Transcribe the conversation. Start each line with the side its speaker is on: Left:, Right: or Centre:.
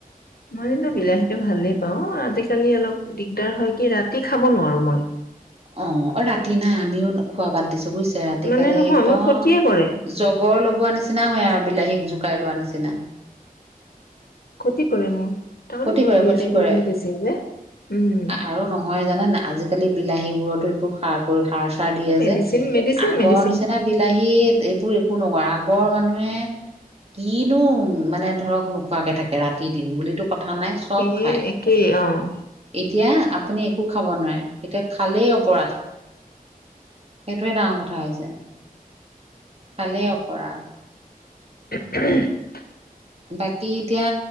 Left: মইতো বিলাহীটো ভালেই পাওঁ আজিকালি অলপ দিগদাৰ হয় কি ৰাতি খাব নোৱাৰো মই।
Right: অ অ ৰাতি নাই আমিও খোৱা বাদ দিছো। বুজিছে ৰাতি
Left: মানে
Right: খালে
Left: নহয়
Right: একদম
Left: মোৰ ক্ষতিয়ে কৰে,
Right: জগৰ লগোৱা নিচিনা হয় আৰু বিলাহীক জোকাই লোৱা নিচিনা। পাচিনা
Left: ক্ষতি কৰে মোৰ তাৰমানে
Right: ক্ষতি
Left: মোৰ
Right: কৰে ক্ষতি
Left: গেছ
Right: কৰে
Left: বহুত বেছি যে উম,
Right: আৰু নহয় জানে আজিকালি বিলাহী বোৰতো। এইবোৰ সাৰ কৰি সাৰ চাৰ দিয়ে
Left: মেডিচিন,
Right: যে
Left: মেডিচিন,
Right: আগৰ
Left: মেডিচিন।
Right: নিচিনা বিলাহী এইবোৰ- আগৰ মানুহে- কিনো মানে ধৰক নোখোৱাকে থাকে ৰাতি দিন বুলিতো কথা নাই চব
Left: সেয়ে
Right: খায়।
Left: একেই অ',
Right: এতিয়া আপুনি একো খাব নোৱাৰে এতিয়া খালেই অপৰাধ- সেইটোৱে ডাঙৰ কথা হৈছে খালেই অপৰাধ-
Left: উ
Right: বাকী এতিয়া